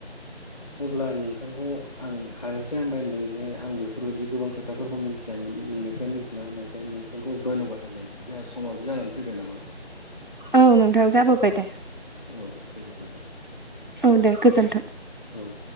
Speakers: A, on the left; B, in the centre.
A: अब्ला नोंथांखौ आं हाजासे हामबाय होनदों जे आं बेफोरबायदि गोबां खोथाफोरखौ मिथियामोन नोंनिफ्राय मिथिना हानायखाय नोंथांखौ धन्यबाद होदों जोंहा समाबो जानानै फैबाय नामा
B: औ नोंथां जाबोबाय दे।
A: औ दे बिदिब्ला
B: औ दे गोजोन्थों।
A: औ